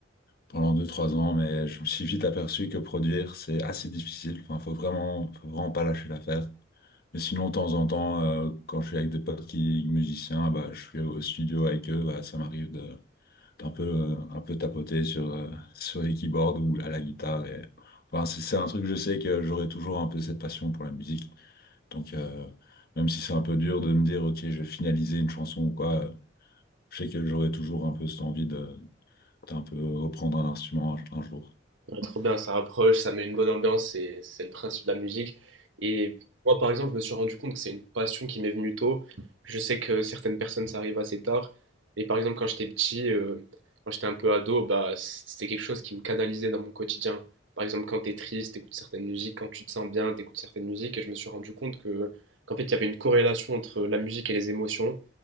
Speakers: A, on the left; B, on the right.
A: pendant deux trois ans, mais je me suis vite aperçu que produire, c'est assez difficile. Enfin, faut vraiment, faut vraiment pas lâcher l'affaire. Mais sinon, de temps en temps, euh, quand je suis avec des potes qui musiciens, bah, je suis au studio avec eux, bah, ça m'arrive de un peu, euh, un peu tapoter sur, euh, sur les keyboards ou à la guitare. Et... Enfin, c'est c'est un truc, je sais que j'aurai toujours un peu cette passion pour la musique. Donc, euh, même si c'est un peu dur de me dire, OK, je vais finaliser une chanson ou quoi, euh, je sais que j'aurai toujours un peu cette envie de, d'un peu reprendre un instrument un, un jour.
B: Ah, trop bien, ça rapproche, ça met une bonne ambiance, c'est c'est le principe de la musique. Et moi, par exemple, je me suis rendu compte que c'est une passion qui m'est venue tôt. Je sais que certaines personnes, ça arrive assez tard. Mais par exemple, quand j'étais petit, euh, quand j'étais un peu ado, bah, c'était quelque chose qui me canalisait dans mon quotidien. Par exemple, quand t'es triste, t'écoutes certaines musiques, quand tu te sens bien, t'écoutes certaines musiques. Et je me suis rendu compte que, qu'en fait, il y avait une corrélation entre la musique et les émotions.